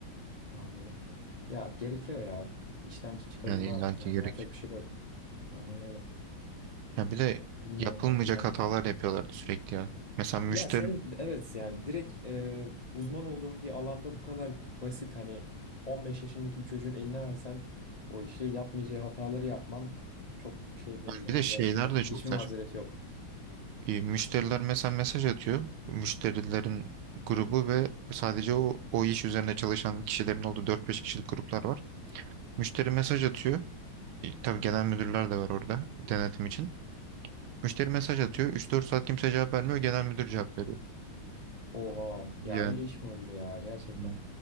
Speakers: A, on the left; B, on the right.
A: anladım. Ya gerekiyor ya. İşten çıkarılma
B: Yani illaki
A: yani
B: gerek.
A: yapacak bir şey yok. Aynen öyle.
B: Ya bir de
A: Bilmiyorum.
B: yapılmayacak
A: Ha.
B: hatalar yapıyorlardı sürekli ya. Mesela müşteri
A: Ya senin evet yani direkt e, uzman olduğun bir alanda bu kadar basit hani 15 yaşındaki bir çocuğun eline versen o işi yapmayacağı hataları yapman çok şey değil yani
B: bir de şeyler
A: gerçekten
B: de çok
A: hiçbir
B: saçma.
A: mazereti yok.
B: Ee, Müşteriler mesela mesaj atıyor. Müşterilerin grubu ve sadece o, o iş üzerine çalışan kişilerin olduğu dört beş kişilik gruplar var. Müşteri mesaj atıyor. E, Tabii genel müdürler de var orada denetim için. Müşteri mesaj atıyor. üç dört saat kimse cevap vermiyor. Genel müdür cevap veriyor.
A: Oha ya
B: Yani,
A: öyle iş mi olur ya gerçekten.
B: hmm,